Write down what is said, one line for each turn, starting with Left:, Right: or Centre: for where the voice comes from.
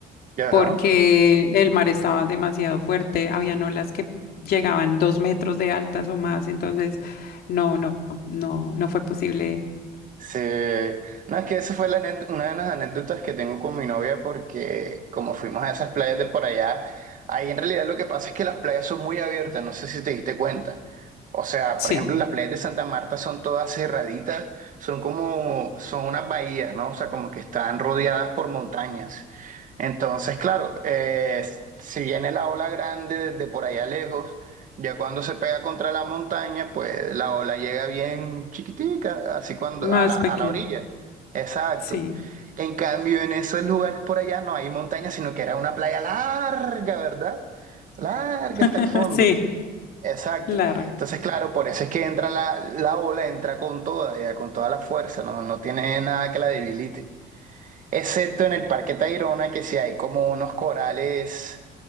Right: ajá.
Left: porque el mar estaba demasiado fuerte, habían olas que llegaban dos metros de altas o más, entonces no, no, no, no fue posible.
Right: Sí, no, es que esa fue la ane- una de las anécdotas que tengo con mi novia porque como fuimos a esas playas de por allá, ahí en realidad lo que pasa es que las playas son muy abiertas, no sé si te diste cuenta. O sea,
Left: Sí,
Right: por ejemplo, las playas de Santa Marta son todas cerraditas, son como, son unas bahías, ¿no? O sea, como que están rodeadas por montañas. Entonces, claro, eh, si viene la ola grande desde por allá lejos, ya cuando se pega contra la montaña, pues la ola llega bien chiquitica, así cuando
Left: más
Right: a la, a
Left: pequeña,
Right: la orilla. Exacto.
Left: sí,
Right: En cambio, en esos lugares por allá no hay montaña, sino que era una playa larga, ¿verdad? Larga
Left: <laughs>
Right: hasta el fondo.
Left: sí,
Right: Exacto.
Left: larga.
Right: Entonces, claro, por eso es que entra la, la ola, entra con toda, ya, con toda la fuerza, no, no tiene nada que la debilite. Excepto en el Parque Tayrona, que sí hay como unos corales